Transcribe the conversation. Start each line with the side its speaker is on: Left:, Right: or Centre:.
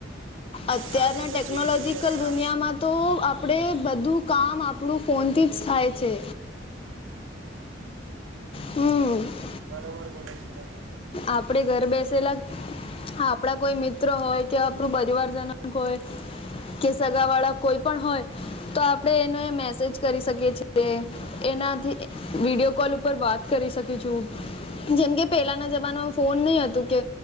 Left: અત્યારના
Right: ના ને પછી
Left: ટેકનોલોજીકલ
Right: એ જોઈએ ને
Left: દુનિયામાં
Right: આ
Left: તો આ પડે બધું કામ આપણું ફોનથી જ થાય છે. હમ.
Right: બરોબર બોલો છો તમે.
Left: આપડે ઘર બેસેલા આપડા કોઈ મિત્ર હોય કે આપણું પરિવારજનક હોય કે સગા વાળા કોઈ પણ હોય તો આપડે એને મેસેજ કરી શકીએ છીએ એનાથી વિડીયો
Right: હા
Left: કોલ ઉપર વાત કરી શકી છું. જેમ કે પેલાના જમાનામાં ફોન નઇ હતું કે